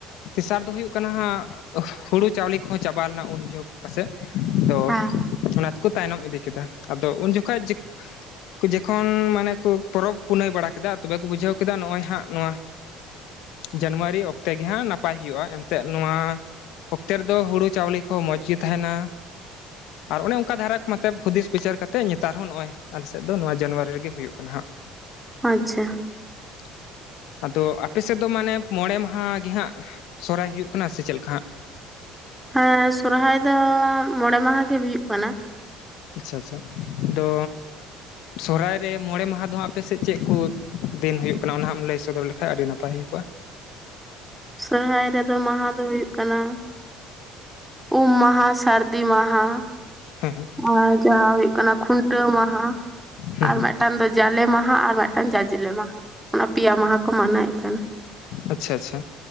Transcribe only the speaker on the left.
ᱛᱮᱥᱟᱨ ᱫᱚ ᱦᱩᱭᱩᱜ ᱠᱟᱱᱟ ᱦᱟᱸᱜ ᱦᱩᱲᱩ ᱪᱟᱣᱞᱮ ᱠᱷᱚᱸ ᱪᱟᱵᱟ ᱞᱮᱱᱟ ᱩᱱ ᱡᱳᱠ ᱯᱟᱥᱮᱡᱽ ᱛᱚ
ᱚᱱᱟᱛ ᱠᱩ ᱛᱟᱭᱱᱚᱢ ᱤᱫᱤ ᱠᱮᱫᱟ ᱟᱫᱚ ᱩᱱ ᱡᱚᱠᱷᱟᱡᱽ ᱡᱚᱠᱷᱚᱱ ᱢᱟᱱᱮ ᱠᱩ ᱯᱚᱨᱚᱵᱽ ᱯᱩᱱᱟᱹᱭ ᱵᱟᱲᱟ ᱠᱮᱫᱟ ᱛᱚᱵᱮ ᱠᱚ ᱵᱩᱡᱷᱟᱹᱣ ᱠᱮᱫᱟ ᱱᱚᱜᱼᱚᱭ ᱦᱟᱸᱜ ᱱᱚᱣᱟ ᱡᱟᱹᱱᱩᱣᱟᱹᱨᱤ ᱚᱠᱛᱮ ᱜᱮ ᱦᱟᱸᱜ ᱱᱟᱯᱟᱭ ᱦᱩᱭᱩᱜᱼᱟ ᱮᱱᱛᱮᱜ ᱱᱚᱣᱟ ᱚᱠᱛᱮ ᱨᱮᱫᱚ ᱫᱚ ᱦᱳᱲᱳ ᱪᱟᱣᱞᱮ ᱠᱚ ᱾ ᱠᱚ ᱢᱚᱡᱽ ᱜᱮ ᱛᱟᱸᱦᱮᱱᱟ ᱟᱨ ᱚᱱᱮ ᱚᱱᱠᱟ ᱫᱷᱟᱨᱟ ᱠᱚᱢᱟᱛᱼᱼ ᱯᱷᱩᱫᱤᱥ ᱵᱤᱪᱟᱹᱨ ᱠᱟᱛᱮᱜ ᱱᱮᱛᱟᱨ ᱦᱚᱸ ᱱᱚᱜᱼᱚᱭ ᱟᱞᱮ ᱥᱮᱫ ᱫᱚ ᱱᱚᱣᱟ ᱡᱟᱹᱱᱩᱣᱟᱹᱨᱤ ᱨᱮᱜᱮ ᱦᱩᱭᱩᱜ ᱠᱟᱱᱟ ᱦᱟᱸᱜ ᱾
<inaudible> ᱟᱫᱚ, ᱟᱯᱮᱥᱮᱫ ᱫᱚ ᱢᱟᱱᱮ ᱢᱚᱬᱮ ᱢᱟᱦᱟ ᱜᱮ ᱦᱟᱸᱜ ᱥᱚᱦᱚᱨᱟᱭ ᱦᱩᱭᱩᱜ ᱠᱟᱱᱟ ᱥᱮ ᱪᱮᱜ ᱞᱮᱠᱟ ᱦᱟᱸᱜ?
ᱟᱪᱪᱷᱟ ᱟᱪᱪᱷᱟ, ᱟᱫᱚ ᱥᱚᱦᱚᱨᱟᱭ ᱨᱮ ᱢᱚᱬᱮ ᱢᱟᱦᱟ ᱫᱚ ᱦᱟᱸᱜ ᱟᱯᱮ ᱥᱮᱫ ᱪᱮᱜ ᱠᱩ ᱫᱤᱱ ᱦᱩᱭᱩᱜ ᱠᱟᱱᱟ ᱚᱱᱟ ᱦᱚᱢ ᱞᱟᱹᱭ ᱥᱚᱫᱚᱨ ᱞᱮᱠᱷᱟᱡ ᱟᱹᱰᱤ ᱱᱟᱯᱟᱭ ᱦᱩᱭ ᱠᱚᱜᱼᱟ ᱾
ᱦᱮᱸ ᱦᱮᱸ
ᱦᱩᱸ
ᱦᱩᱸ
ᱟᱪᱪᱷᱟ ᱟᱪᱪᱷᱟ